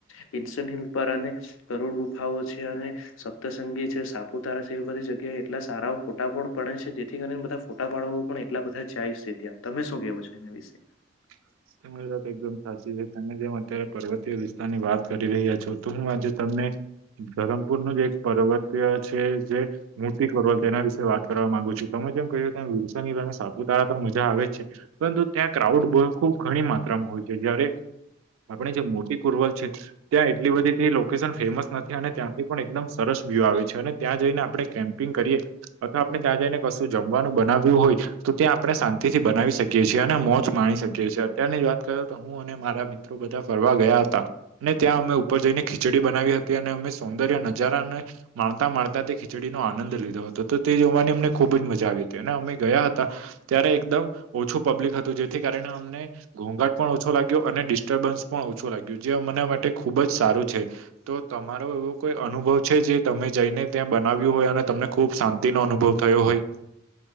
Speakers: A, on the left; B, on the right.
A: પિન્શન હિલ પર અને કરોડ ગુફાઓ છે અને સપ્તસંગી છે સાપુતારા છે એવી બધી જગ્યાએ એટલા સારા ફોટા પણ પડે છે જેથી કરીને બધા ફોટા પાડો પણ એટલા બધા જાય છે ત્યાં તમે શું કેવો છો એના વિશે
B: <inaudible> તમારી વાત એકદમ સાચી છે તમે જેમ અત્યારે પર્વતીય વિસ્તાર ની વાત કરી રહ્યા છો તો હું આજે તમને ધરમપુર નું જ એક પર્વતીય છે જે મૂર્તિ કરલ તેના વિશે વાત કરવા માંગુ છું તમે જેમ કહ્યું વિરસની સાપુતારા તો મજા આવે જ છે. બ <inaudible> ત્યાં ક્રાઉડ ખુબ ઘણી માત્રામાં હોય છે જયારે આપણે જે મોટી કુરવલ છે ત્યાં એટલી બધી લોકેશન ફેમસ નથી અને ત્યાં પણ એકદમ સરસ વ્યૂ આવે છે અને ત્યાં જઈને આપણે કેમ્પિંગ કરીએ અથવા આપણે ત્યાં જઈને કશું જમવાનું બનાવ્યું હોય તો ત્યાં આપણે શાંતિથી બનાવી શકીએ છીએ. ને મોજ માણી શક્યો છે અત્યારની જ વાત કર તો હુ, અને મારા મિત્રો બધા ફરવા ગયા હતા અને ત્યાં અમે ઉપર જઈને ખીચડી બનાવી હતી અને અમે સૌંદર્ય નજારા અને માણતા માણતા તે ખીચડીનો આનંદ લીધો હતો તો તે જોવાની અમને ખૂબ જ મજા આવી હતી અને અમે ગયા હતા ત્યારે એકદમ ઓછું પબ્લિક હતું જેથી કારણે અમને ઘોંઘાટ પણ ઓછો લાગ્યો અને ડિસ્ટર્બન્સ પણ ઓછું લાગ્યું જે મને માટે ખુબ જ સારું છે. તો તમારો એવો કોઈ અનુભવ છે જે તમે જઈને ત્યાં બનાવ્યું હોય અને તમને ખુબ શાંતિ નો અનુભવ થયો હોય.